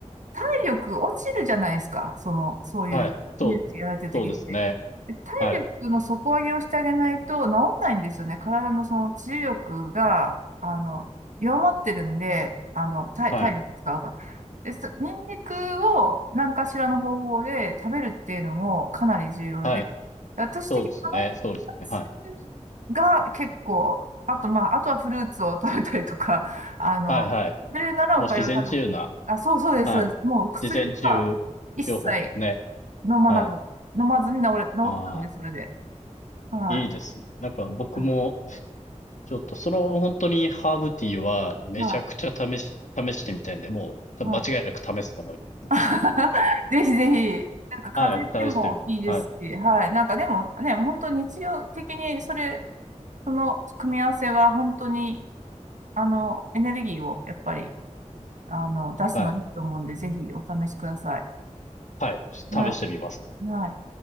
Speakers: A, on the right; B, on the left.
A: 体力落ちるじゃないですか。その、そういう、
B: はい。そう、
A: 技術やられてる時って。
B: そうですね。
A: で体力の底上げをしてあげないと治んないんですよね。
B: はい、
A: 体のその治癒力が、あの、弱まってるんで、あの、体、
B: はい、
A: 体力使うから。で、そニンニクを何かしらの方法で食べるっていうのもかなり重要で、
B: はい。
A: 私的にあのふたつ
B: そうですね、そうですね、はい。
A: が結構、あとまあ、あとはフルーツを食べたりとか、あの、
B: はい、はい。
A: 食べれるならお粥を食べるあ、
B: もう自然治癒な、
A: そうそうです、
B: はい。
A: そうです。もう薬は一切
B: 自然治癒療法ですね。
A: 飲まなかった、
B: はい。
A: 飲まずに治れ、治ったんで、
B: ああ、
A: それで。はい。
B: いいですね。なんか僕も、
A: はい。
B: ちょっとその本当にハーブティーはめちゃくちゃ試し、
A: はい。
B: 試してみたいんで、もう多分間違いなく試すと思いますね。
A: はい <laughs> ぜひぜひ、なんか風邪ってもいいですし、
B: はい、試してみます。はい、
A: はい。なんかでもね、本当日常的にそれ、その組み合わせは本当に、あの、エネルギーをやっぱり、あの、出すのにいいと思うんで、
B: はい、
A: ぜひお試しください。
B: はい、試してみます。
A: はい。はい。